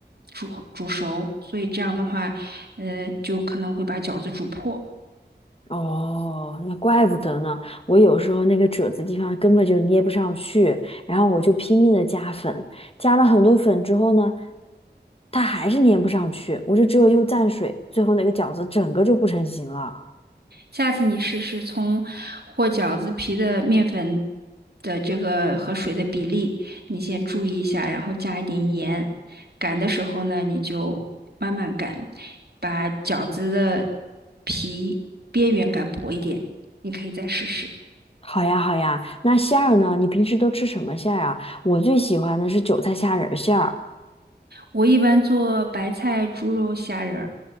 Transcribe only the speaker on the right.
煮煮熟，所以这样的话，呃，就可能会把饺子煮破。
下次你试试从和饺子皮的面粉的这个和水的比例，你先注意一下，然后加一点盐。擀的时候呢，你就慢慢擀，把饺子的皮边缘擀薄一点。你可以再试试。
我一般做白菜、猪肉、虾仁儿。